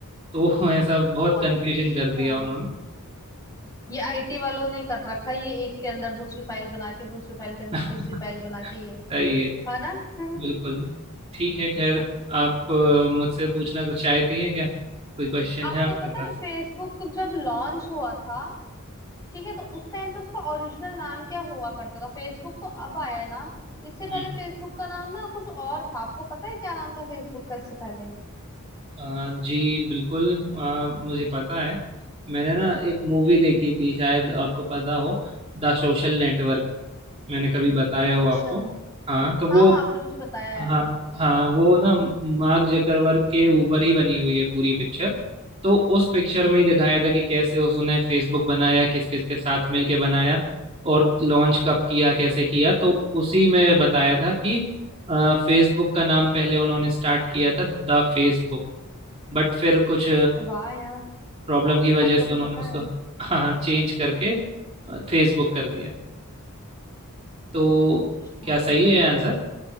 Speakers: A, on the right; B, on the left.
A: तो <laughs> वो ऐसा बहुत
B: अच्छा
A: कंफ्यूजन कर दिया उन्होंने
B: ये आईटी वालों ने कर रखा है ये एक के अंदर दूसरी फाइल बना के दूसरी फाइल के अंदर
A: <laughs>
B: तीसरी फाइल बना के ये
A: सही है
B: है ना <laughs>
A: बिल्कुल ठीक है खैर
B: हाँ
A: आप अ, मुझसे पूछना कुछ चाहती हैं क्या कोई क्वेश्चन
B: आपको
A: है आपके
B: पता
A: पास
B: है फेसबुक जब लॉन्च हुआ था ठीक है तो उस टाइम पे उसका ओरिजिनल नाम क्या हुआ करता था फेसबुक तो अब आया है नाम इससे पहले
A: हम्म
B: फेसबुक का नाम ना कुछ और था आपको पता है क्या नाम था फेसबुक का इससे पहले
A: अ, जी बिल्कुल अ, मुझे पता है मैंने ना एक मूवी देखी थी शायद आपको पता हो द सोशल नेटवर्क मैंने कभी बताया
B: अच्छा
A: हो आपको हाँ तो वो
B: हाँ हाँ आपने मुझे बताया
A: हाँ
B: है
A: हाँ वो ना मार्क जकरबर्ग के ऊपर ही बनी हुई है पूरी पिक्चर तो उस पिक्चर में ही दिखाया था कि कैसे उसने फेसबुक बनाया किस किस के साथ मिलके बनाया और लॉन्च कब किया कैसे किया तो उसी में बताया था कि फेसबुक का नाम पहले उन्होंने स्टार्ट किया था द फेसबुक बट फिर कुछ
B: वाह यार
A: प्रॉब्लम की वजह
B: आपको
A: से
B: तो
A: उन्होंने
B: पता
A: उसको
B: है
A: हाँ चेंज करके फेसबुक कर दिया तो
B: अच्छा
A: क्या सही है आंसर